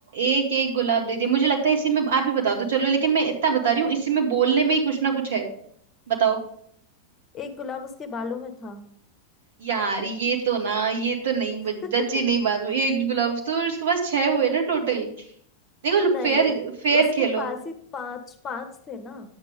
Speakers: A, on the right; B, on the left.
A: एक एक गुलाब दे दिया मुझे लगता है इसी में आप ही बता दो चलो लेकिन मैं इतना बता रही हूँ इसी में बोलने में ही कुछ ना कुछ है बताओ
B: एक गुलाब उसके बालों में था
A: यार ये तो ना ये तो नहीं
B: <laughs>
A: जची ही नहीं बात हुई। एक गुलाब तो उसके पास छह हुए ना टोटल देखो
B: नहीं
A: फेयर फेयर
B: उसके
A: खेलो
B: पास ही पांच पांच थे ना